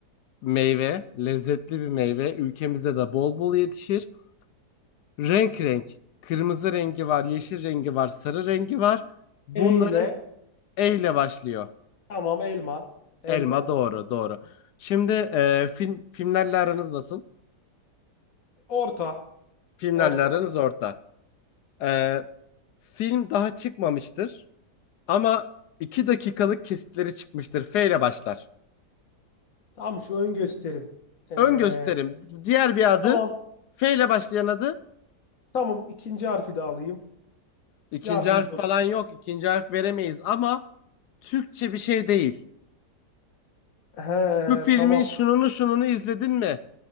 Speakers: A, on the left; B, on the left.
A: meyve, lezzetli bir meyve. Ülkemizde de bol bol yetişir. Renk renk. Kırmızı rengi var, yeşil rengi var, sarı rengi var. Bunların
B: E ile
A: E ile başlıyor.
B: Tamam elma. Elma.
A: Elma doğru, doğru. Şimdi e, film filmlerle aranız nasıl?
B: Orta.
A: Filmlerle
B: Orta.
A: aranız orta. E, film daha çıkmamıştır ama 2 dakikalık kesitleri çıkmıştır. F ile başlar.
B: Tamam şu ön gösterim. Ee,
A: Ön gösterim. Diğer bir adı
B: tamam.
A: F ile başlayan adı.
B: Tamam ikinci harfi de alayım.
A: İkinci
B: Yardımcı
A: harf
B: olun.
A: falan yok. İkinci harf veremeyiz ama Türkçe bir şey değil.
B: He,
A: Bu filmin
B: tamam.
A: şununu şununu izledin mi?